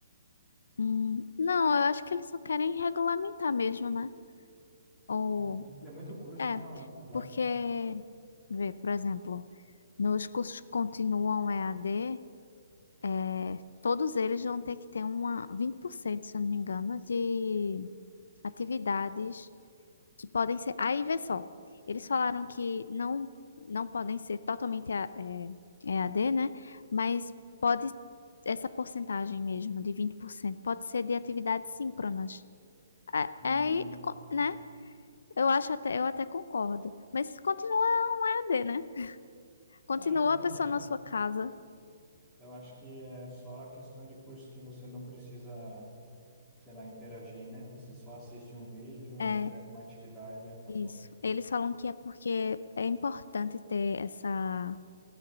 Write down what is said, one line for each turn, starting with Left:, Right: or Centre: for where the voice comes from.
Left: Hum, não, eu acho que eles só querem regulamentar mesmo, né? Ou,
Centre: É porque tem muito curso,
Left: é,
Centre: né, online agora.
Left: porque, vê, por exemplo, nos cursos que continuam EAD, é, todos eles vão ter que ter uma 20%, se eu não me engano, de atividades que podem ser. Aí vê só, eles falaram que não, não podem ser totalmente a- é, EAD, né? Mas pode, essa porcentagem mesmo, de 20% pode ser de atividades síncronas. A-
Centre: Hum,
Left: Aí, co- né? Eu acho até, eu até concordo. Mas continua EAD, né? Continua
Centre: ah, entendi.
Left: a pessoa na sua casa.
Centre: Eu acho que é só a questão de curso que você não precisa, sei lá, interagir, né? Você só assiste um vídeo,
Left: É,
Centre: entrega uma atividade e acabou.
Left: isso. Eles falam que é porque é importante ter essa